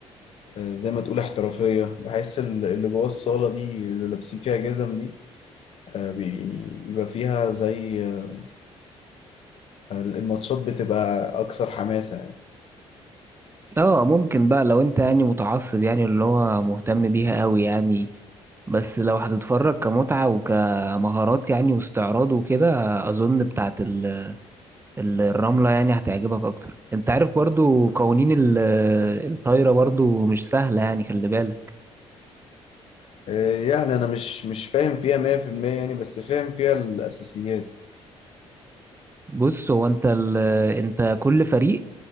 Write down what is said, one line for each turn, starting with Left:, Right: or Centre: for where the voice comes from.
Left: آه، زي ما تقول احترافية بحس ال- اللي جوه الصالة دي اللي لابسين فيها جزم دي آه، بي- يعني بيبقى فيها زي آه، الماتشات بتبقى أكثر حماسة يعني
Right: اه ممكن بقى لو انت يعني متعصب يعني اللي هو مهتم بيها قوي يعني بس لو هتتفرج كمتعة وكمهارات يعني واستعراض وكده اظن بتاعت ال- ال- الرملة يعني هتعجبك اكتر انت عارف برضو قوانين ال- الطايرة برضو مش سهلة يعني خلي بالك
Left: آه، يعني أنا مش مش فاهم فيها 100% يعني بس فاهم فيها الأساسيات
Right: بص هو انت ال- انت كل فريق